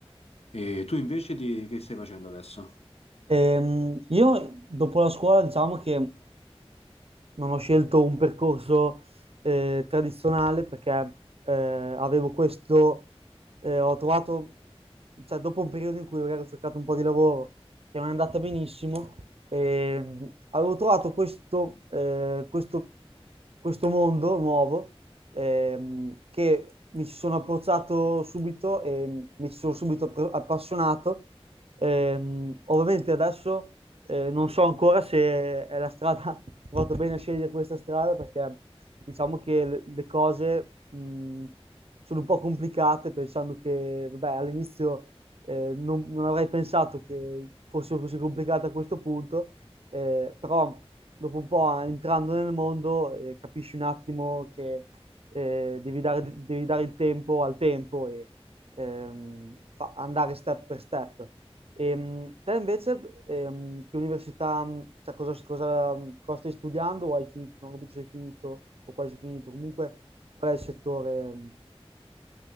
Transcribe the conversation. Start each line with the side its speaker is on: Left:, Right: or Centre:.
Left: E tu invece di, che stai facendo adesso?
Right: Ehm, io dopo la scuola diciamo che non ho scelto un percorso eh, tradizionale perché eh, avevo questo, eh, ho trovato, cioè dopo un periodo in cui magari ho cercato un po' di lavoro che non è andata benissimo, ehm, avevo trovato questo, eh, questo, questo mondo nuovo ehm, che mi ci sono approcciato subito e mi ci sono subito appro- appassionato Ehm, ovviamente adesso eh, non so ancora se è la strada, <laughs> ho fatto bene a scegliere questa strada perché diciamo che le, le cose mh, sono un po' complicate pensando che, vabbè, all'inizio eh, non, non avrei pensato che fosse così complicata a questo punto, eh, però dopo un po' entrando nel mondo eh, capisci un attimo che eh, devi dare, devi dare il tempo al tempo e ehm, fa- andare step per step. Ehm, te invece, ehm, che università, mh, cioè cosa, cosa- cosa stai studiando o hai finito? Non ho capito se hai finito o quasi finito. Comunque, qual è il settore? mh?